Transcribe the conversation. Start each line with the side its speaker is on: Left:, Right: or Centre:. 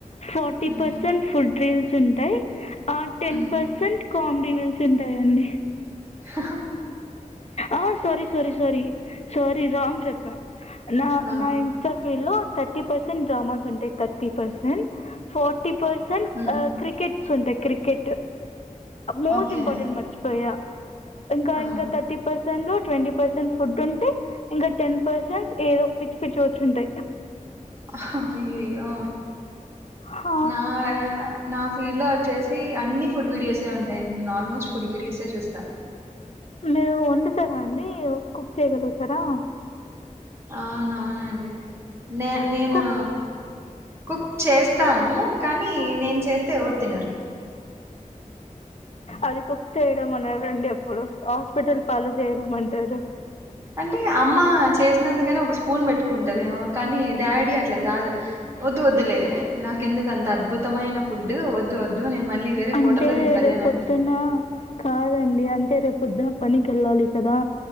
Left: forty
Right: hmm.
Left: Percent food thrills ఉంటాయి ఆ ten
Right: hmm.
Left: Percent comedy reels ఉంటాయండి
Right: హహ
Left: ఆ sorry sorry sorry sorry wrong చెప్పా నా
Right: ఆ.
Left: నా ఇన్స్టా ఫీడ్ లో థర్టీ పర్సెంట్ డ్రామాస్ ఉంటాయి thirty percent forty percent
Right: hmm.
Left: ఆ క్రికెట్ ఉంటాయ్ క్రికెట్ మోస్ట్
Right: ఓకే
Left: ఇంపార్టెంట్ మర్చిపోయా ఇంకా
Right: ఆ
Left: ఇంకా తర్టీ సెంట్లో ట్వంటీ పర్సెంట్ ఫుడ్ ఉంటే ఇంకా టెన్ పర్సెంట్ ఏదో పిచ్చి పిచ్చి వచ్చుంటాయి
Right: అహ అయ్యోయ్యో
Left: ఆ,
Right: నా ర నా ఫీడ్ లో వచ్చేసి అన్ని ఫుడ్ వీడియోస్ే ఉంటాయి నేను ఆల్మోస్ట్ ఫుడ్ వీడియోస్ే చూస్తా
Left: మీరు వండుతారా అండి కుక్ చేయగలుగుతారా
Right: అవునవునండి నే నేను
Left: కుక్
Right: కుక్ చేస్తాను కానీ నేను చేస్తే ఎవరు తినరు
Left: అది కుక్ చేయడం అనరండి అప్ ప్పుడు హాస్పిటల్ పాలు చేయడం అంటారు
Right: అంటే అమ్మా చేసినందుకైనా ఒక స్పూన్ పెట్టుకుంటదేమో కానీ డాడీ అట్లా కాదు వద్దు వద్దులే నాకెందుకు అంత అద్భుతమైన ఫుడ్ వద్ వద్దు నేను మళ్ళీ వేరే
Left: అంటే
Right: హోటల్లో తింటాలి
Left: రేపుొద్దున
Right: అని అంటారు
Left: కాదండి అంటే రేపుొద్దున పని కెల్ళాలికదా